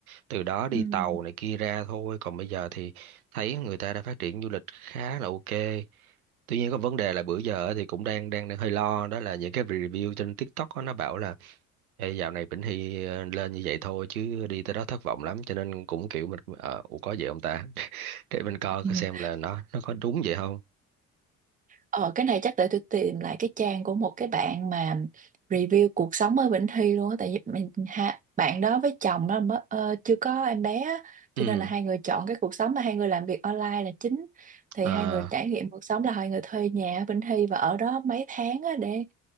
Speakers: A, on the right (about 80°); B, on the right (about 20°).
A: từ đó đi
B: ừ
A: tàu này kia ra thôi còn bây giờ thì thấy người ta đã phát triển du lịch khá là ok tuy nhiên có vấn đề là bữa giờ á thì cũng đang đang đang hơi lo đó là những cái review trên TikTok á, nó bảo là Ê, dạo này Vĩnh Hy ờ, lên như vậy thôi chứ đi tới đó thất vọng lắm cho nên cũng kiểu mình ờ, ủa có vậy không ta <laughs> để mình coi
B: ừ
A: coi xem là nó nó có đúng vậy không
B: Ờ, cái này chắc để tôi tìm lại cái trang của một cái bạn mà review cuộc sống ở Vĩnh Thi luôn á tại vì mình ha, bạn đó với chồng đó mới ờ, chưa có em bé á, cho
A: ừ
B: nên là hai người chọn cái cuộc sống mà hai người làm việc online là chính thì
A: ờ,
B: hai người trải nghiệm cuộc sống là hai người thuê nhà ở Vĩnh Thi và ở đó mấy tháng á để